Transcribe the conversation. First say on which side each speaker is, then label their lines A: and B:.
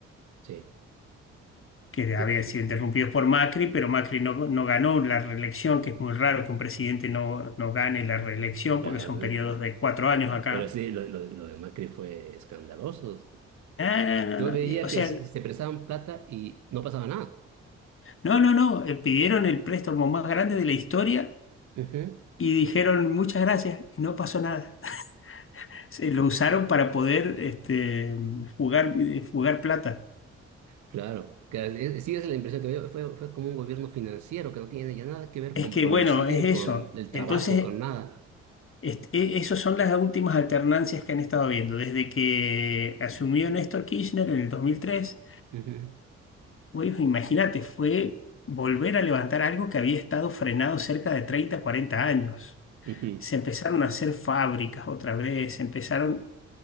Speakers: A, on the right; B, on the left.
A: Sí,
B: que
A: sí.
B: habían sido interrumpidos por Macri, pero Macri no, no ganó la reelección, que es muy raro que un presidente no, no gane la reelección,
A: Ya,
B: porque son
A: <laughs> eh,
B: periodos de cuatro años acá.
A: pero sí, lo, lo, lo de Macri fue escandaloso.
B: Ah, no, no,
A: Yo
B: no,
A: veía
B: no. eh, O
A: que
B: sea,
A: se se prestaban plata y no pasaba nada.
B: no, no, no, eh, pidieron el préstamo más grande de la historia
A: Ujú,
B: y dijeron muchas gracias y no pasó nada. se lo usaron para poder este, jugar, eh, jugar plata.
A: Claro, que es- es- sí, esa es la impresión que me dio. Fue, fue como un gobierno financiero que no tiene ya nada que ver
B: Es
A: con
B: que,
A: producir,
B: bueno, es eso.
A: con el trabajo,
B: Entonces,
A: con nada.
B: est- e- esas son las últimas alternancias que han estado viendo. Desde que asumió Néstor Kirchner en el 2003,
A: Ujú,
B: bueno, imagínate, fue volver a levantar algo que había estado frenado cerca de 30, 40 años.
A: ujú,
B: Se empezaron a hacer fábricas otra vez, se empezaron